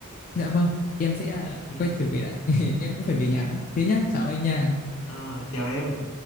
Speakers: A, on the left; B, on the left.
A: Dạ vâng, em sẽ
B: ừ.
A: quay trở về đã. <laughs> Em cũng phải về nhà đã. Thế nhá, chào anh nha.
B: Ờ, chào em